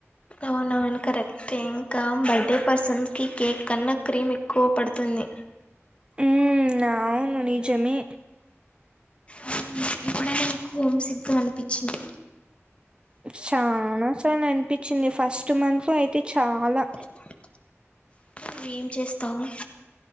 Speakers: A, on the left; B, on the right.
A: అవునవును కరక్ టింకా బర్డే పర్సన్స్కి కేక్ కన్నా క్రీమ్ ఎక్కువ పడుతుంది
B: ఉమ్మ్ అవును నిజమే
A: హుమ్ ఎప్పుడైనా మీకు హోమ్ సిగ్గా అన్పిచ్చిందా
B: చాన సార్లు అన్పిచ్చింది ఫస్ట్ మంత్లో అయితే చాలా
A: అప్పుడు నువేం చేస్తావు